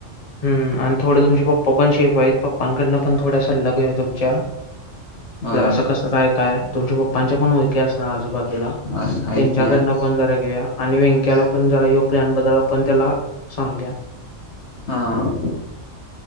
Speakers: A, on the left; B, on the left.
A: हम् आणि थोडे तुमचे पप्पा पण शेफ आहेत पप्पाांकडनं पण थोडा सल्ला घेऊया तुमच्या
B: होय
A: जर असं कसं काय काय हाय तुमच्या पप्पांच्या पण ओळखी असणार आजूबाजूला
B: असं आहेत
A: त्यांच्याकडन
B: की आहेत
A: पण जरा घेऊया आणि व्यंक्याला पण जरा ह्यो प्लॅन बद्दल आपण त्याला सांगुया
B: हां